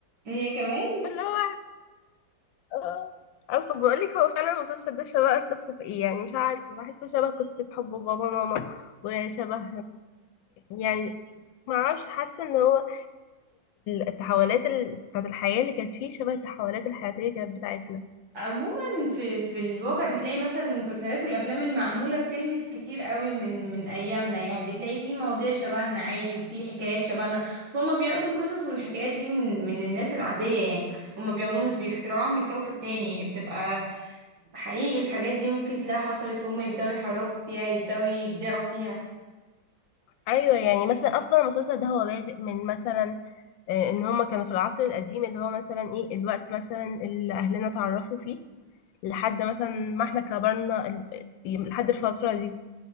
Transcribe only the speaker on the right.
هي كمان
عموما في في الواقع بتلاقي مثلا المسلسلات والافلام المعموله بتلمس كتير قوي من من ايامنا يعني بتلاقي في مواضيع شبهنا عادي وفي حكايات شبهنا اصل هما بياخدوا القصص والحكايات دي من من الناس العاديه يعني هما بياخدوها مش بيخترعوها من كوكب تاني هي بتبقى حقيقي الحاجات دي ممكن تلاقي حصلت وهم يبداوا يحرفوا فيها يبداوا يبدعوا فيها